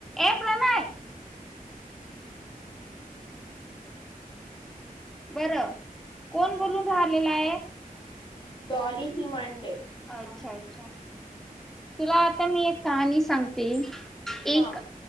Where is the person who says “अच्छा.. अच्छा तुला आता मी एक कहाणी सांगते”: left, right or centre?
Centre